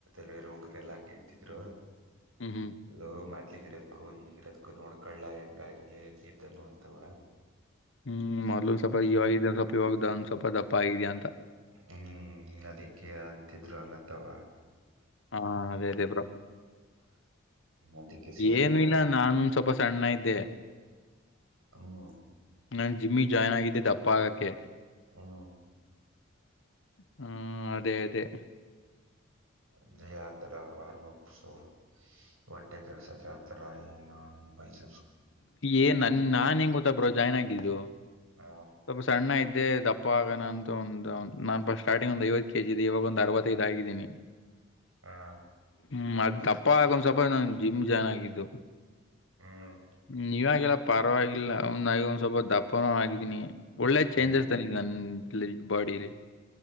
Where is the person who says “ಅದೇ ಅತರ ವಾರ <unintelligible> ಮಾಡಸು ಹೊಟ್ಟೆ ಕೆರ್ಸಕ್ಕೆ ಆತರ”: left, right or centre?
Right